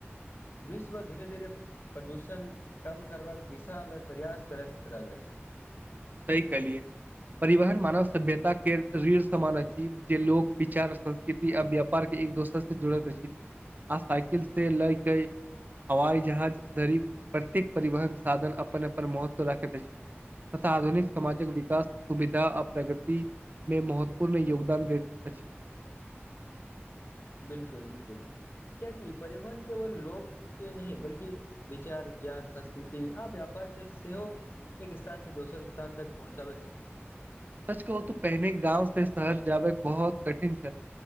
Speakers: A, on the left; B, on the right.
A: विश्व धीरे धीरे प्रदूषण कम करबाक दिशामे प्रयास करैत रहल अछि।
B: सही कहलियै परिवहन मानव सभ्यता के रीढ़ समान अछि जे लोग विचार संस्कृति आ व्यापार के एक दोसर से जुड़त अछि आ साइकिल से लय के हवाई जहाज धरि प्रत्येक परिवहन साधन अपन अपन महत्व राखैत अछि। आधुनिक समाजक विकास सुविधा आ प्रगतिमे महत्वपूर्ण योगदान दैत अछि।
A: बिलकुल बिलकुल कियकि परिवहन केवल लोक के नहि बल्कि विचार, ज्ञान, संस्कृति आ व्यापार के सेहो एक स्थान से दोसर स्थान तक पहुँचाबैत अछि।
B: सच कहू त पहिने गाँव से शहर जाबेक बहुत कठिन छैय